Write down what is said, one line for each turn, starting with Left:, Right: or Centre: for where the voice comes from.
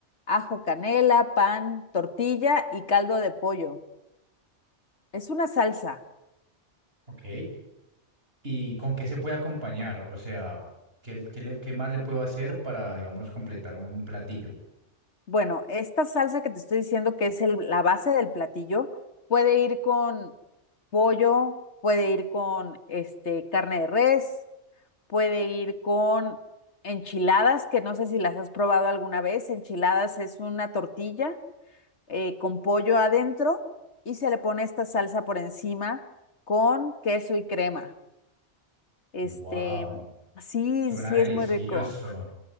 Left: ajo, canela, pan, tortilla y caldo de pollo. Es una salsa.
Right: ¿Ok? ¿Y con qué se puede acompañar? O sea, ¿qué, qué le- qué más le puedo hacer para, digamos, completar un platillo?
Left: Bueno, esta salsa que te estoy diciendo que es el- la base del platillo puede ir con pollo, puede ir con este carne de res, puede ir con enchiladas, que no sé si las has probado alguna vez. Enchiladas es una tortilla eh, con pollo adentro y se le pone esta salsa por encima con queso y crema. Este,
Right: Wow,
Left: sí,
Right: suena
Left: sí,
Right: delicioso,
Left: es muy rico. <laughs>